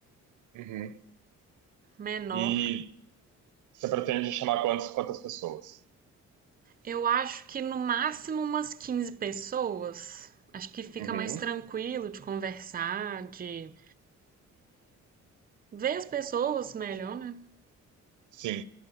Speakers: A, on the right (about 80°); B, on the right (about 30°).
A: Uhum.
B: menor.
A: E você pretende chamar quantas, quantas pessoas?
B: Eu acho que no máximo umas 15 pessoas. Acho que fica
A: Uhum.
B: mais tranquilo de conversar, de ver as pessoas melhor, né?
A: Sim.